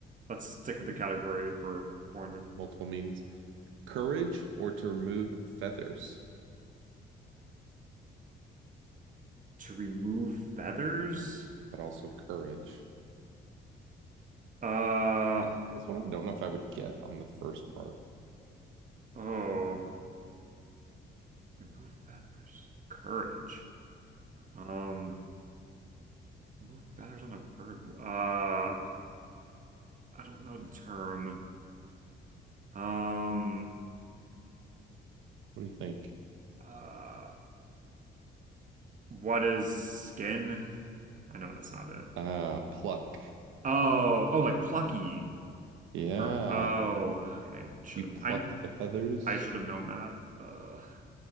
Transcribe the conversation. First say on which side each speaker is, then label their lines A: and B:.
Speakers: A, on the right; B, on the right.
A: Let's stick with the category for 400.
B: multiple meanings. Courage or to remove feathers,
A: To remove feathers?
B: but also courage.
A: Uh,
B: This one I don't know if I would get on the first part.
A: oh, remove feathers. Courage. Um, remove feathers on a bird. Uh, I don't know the term. Um,
B: What do you think?
A: uh, uh, what is skin? I know that's not it,
B: Uh,
A: but
B: pluck.
A: oh, oh, like plucky.
B: Yeah.
A: For oh, I, I should
B: You
A: have.
B: plucked
A: I
B: the feathers.
A: I should have known that. Uh.